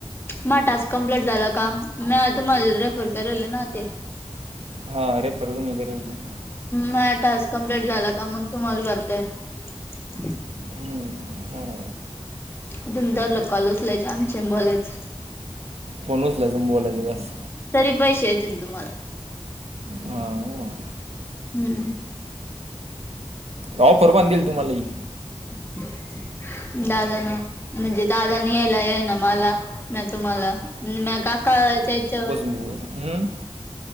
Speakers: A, on the left (about 20°); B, on the right (about 80°).
A: मा टास्क कंम्प्लेट झाला का म्या तुम्हाला रेफर करेल ना ते.
B: हा रेफर तुमी करेलकी.
A: माह्यां टास्क कम्पलेट झाला का मग तुम्हाला भरता येईन.
B: हूं मं.
A: तुम्ही तवर लोक कॉल उचलायचे आमचे बोलायचं.
B: फोन उचलायचं आन बोलायचं बास.
A: तरी पैसे येतील तुम्हाला.
B: हा!
A: हूं!
B: त ऑफर कोणी दिली तुम्हालाही.
A: <inaudible> दादान म्हणजे दादानी ह्यांला ह्यां न माला म्या तुम्हाला. नि म्या काका च्या याच्या वर.
B: हूं!